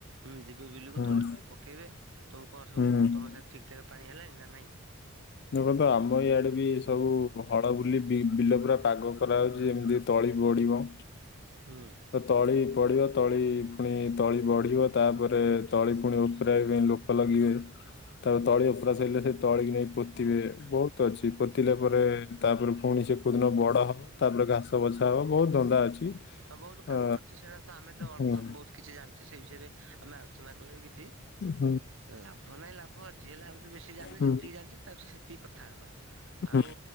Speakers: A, on the right; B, on the left.
A: ଉଁ ଯିବେ ବିଲୁକୁ
B: ହୁଁ
A: ତଳି
B: ହୁଁ
A: ପ ନାଳି ପକେଇବେ ତମୁକୁ କଣ ସବୁ
B: ହୁଁ
A: ତମ ସାଡେ ଠିକ୍ ଠାକ୍ ପାଣି ହେଲଣି ନା ନାଇଁ?
B: ଦେଖନ୍ତୁ ଆମ ଇଆଡେ ବି ସବୁ ହଳ ବୁଲି ବିଲ ପୁରା ପାଗ କରାହାଉଛି ଏମିତି ତଳି ପଡ଼ିବ।
A: ହୁଁ।
B: ତ ତଳି ପଡ଼ିବ ତଳି ପୁଣି ତଳି ବଢ଼ିବ ତାପରେ ତଳି ପୁଣି ଉପରାଇବା ପାଇଁ ଲୋକ୍ <unintelligible> ତାପରେ ତଳି ଉପ୍ରା ସଇଲେ ସେ ତଳି କି ନେଇ ପୋତିବେ ବହୁତ୍ ଅଛି। ପୋତିଲା ପରେ ତା ପୂର୍ ପୁଣି ସେ କଉଦିନ ବଡ଼ ହବ ତାପରେ ଘାସ ବଛା ହେବ ବହୁତ ଧନ୍ଦା ଅଛି।
A: ହଁ ବହୁତ କାମ
B: ଅ
A: ଅଛି ସେଇଟା ତ ଆମେ ତ ଅଳ୍ପ
B: ହୁଁ
A: ବହୁତ କିଛି ଜାଣିଛେ ସେଇ ବିଷୟରେ ଆମେ ଆଲୋଚନା କଲେ ବି କିଛି
B: ହୁଁ
A: ଲାଭ ନାଇଁ ଲାଭ ଅଛି ଯି ହେଲେ ଆମେ ତ ବେଶୀ ଜାଣିନେ
B: ହୁଁ
A: ଯେତିକି ଜାଣିଛେ ତା ବି ସେତିକି କଥା ହବା
B: ହୁଁ
A: ଆଉ।